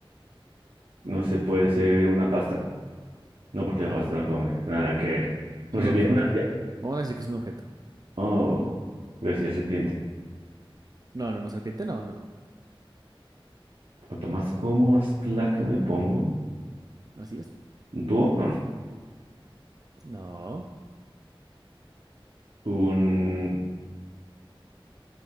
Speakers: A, on the right; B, on the right.
A: No se puede ser una pasta. No, porque la
B: No,
A: pasta no come. Nada que ver. Una
B: es un
A: serpiente.
B: objeto.
A: Una... ya.
B: Vamos a decir que es un objeto.
A: Oh, iba a decir serpiente.
B: No, no, no, serpiente, no, no, no.
A: Cuanto más como, más flaca me pongo.
B: Así es.
A: ¿Un tubo?
B: No,
A: <laughs> Un...